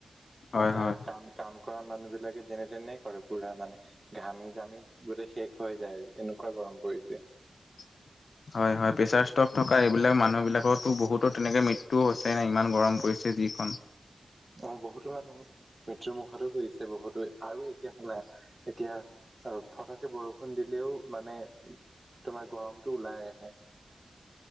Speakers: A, on the left; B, on the right.
A: হয়
B: তাহেত
A: হয়
B: কাম কাম কৰা মানুহ বিলাকে যেনে তেনে কৰে পুৰা মানে ঘামি জামি গোটেই শেষ হৈ যায় এনেকুৱা গৰম পৰিছে।
A: <inaudible> হয় হয় প্ৰেচাৰ ষ্টক থকা এইবিলাক মানুহ বিলাকতো বহুতো তেনেকে মৃত্যু হৈছে এনে ইমান গৰম পৰিছে। যিখন
B: অ বহুতো মানুহ মৃত্যুৰ মুখতো পৰিছে বহুত। ত আৰু এতিয়া শুনা এতিয়া আহ ফতকে বৰষুণ দিলেও মানে তোমাৰ গৰমতটো ওলাই আহে।